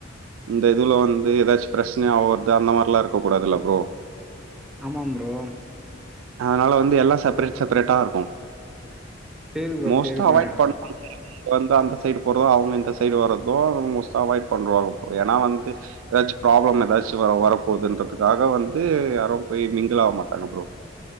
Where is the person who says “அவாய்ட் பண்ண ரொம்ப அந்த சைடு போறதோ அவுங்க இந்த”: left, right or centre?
Right